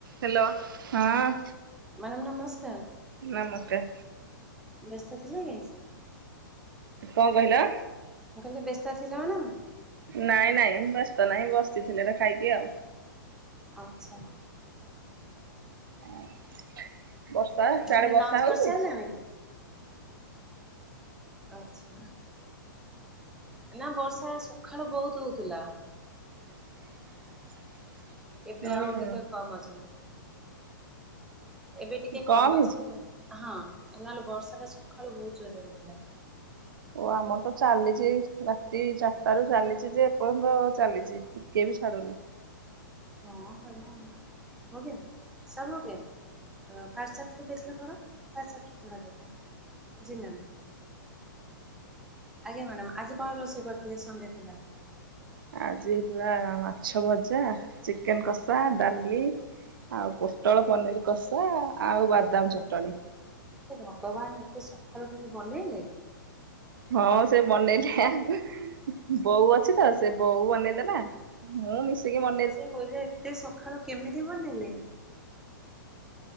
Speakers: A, on the right (about 75°); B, in the centre.
A: Hello ହଁ।
B: Madam ନମସ୍କାର।
A: ନମସ୍କାର।
B: ବ୍ୟସ୍ତ ଥିଲ କି?
A: କଣ କହିଲ?
B: ମୁଁ କହିଲି ବ୍ୟସ୍ତ ଥିଲ ମ୍ୟାଡ଼ାମ?
A: ନାଇଁ ନାଇଁ ବ୍ୟସ୍ତ ନାହିଁ ବସିଥିଲି ଏଇଠି ଖାଇକି ଆଉ।
B: ଆଚ୍ଛା।
A: ଅଁ ବର୍ଷା ସିଆଡ଼େ
B: ମାନେ
A: ବର୍ଷା
B: ଲଞ୍ଚ
A: ହଉଛି?
B: କରିସାରିଲାଣି? ଆଚ୍ଛା। ନା ବର୍ଷା ସକାଳୁ ବହୁତ ହଉଥିଲା।
A: <inaudible>
B: ଏବେ
A: ଓହୋ।
B: ଆଉ ଟିକେ କମ୍ ଅଛି। ଏବେ ଟିକେ
A: କଣ
B: କମ
A: ହେଇଛି?
B: ଅଛି ଏବେ ହଁ ନହେଲେ ବର୍ଷା ଟା ସକାଳୁ ବହୁତ ଜୋରରେ ହଉଥିଲା।
A: ଓ ଆମର ତ ଚାଲିଛି ରାତି ଚାରିଟା ରୁ ଚାଲିଛି ଯେ ଏପର୍ଯ୍ୟନ୍ତ ଚାଲିଛି। କେ ବି ଛାଡ଼ୁନି
B: କଁଣ କରିବା ହୋ ଗୟା ସବ୍ ହୋ ଗୟା ଫାଷ୍ଟ୍ ଚାପ୍ଟର୍ ଦେଖ୍ ଲୋ ଥୋଡ଼ା। ଫାଷ୍ଟ୍ ଚାପ୍ଟର୍ ଥୋଡ଼ା ଦେଖ ଲୋ। ଜି ମ୍ୟାମ୍। ଆଜ୍ଞା ମ୍ୟାଡ଼ାାମ ଆଜି କଣ ରୋଷେଇ କରିଥିଲେ ସଣ୍ଡେ ଥିଲା।
A: ଆଜି ହେଇଥିଲା ମାଛ ଭଜା ଚିକେନ କଷା ଡାଲି ଆଉ ପୋଟଳ ପନିର କଷା ଆଉ ବାଦାମ ଚଟଣି
B: ଓ ଭଗବାନ ଏତେ ସକାଳୁ କେମତି ବନେଇଲେ।
A: ହଁ ସେ ବନେଇଲି ଆଉ ବୋଉ ଅଛି ତ ସେ ବୋଉ ବନେଇଦେଲା ମୁଁ ମିଶିକି ବନେ
B: ସେ କହୁଛି ପା ଏତେ ସକାଳୁ କେମିତି ବନେଇଲେ।